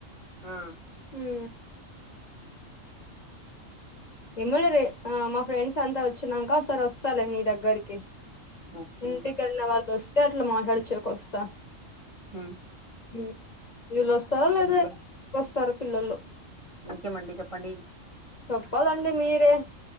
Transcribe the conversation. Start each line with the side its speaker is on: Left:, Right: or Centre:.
Right: ఆ
Left: హు ఎమోలే రే మా ఫ్రెండ్స్ అంతా వచ్చినాక ఒకసారి వస్తాలే మీ దగ్గరికి
Right: ఓకే
Left: ఇంటికెళ్ళిన వాళ్ళువస్తే వస్తే అట్లా మాట్లాడిచ్చేకి వస్తా
Right: ఉమ్
Left: హు ఇల్లోస్తరో
Right: ఇంకేమండి
Left: లేదో ఫస్ స్తార్ పిల్లోలు
Right: ఇంకేమండి చెప్పండి
Left: చెప్పాలండి మీరే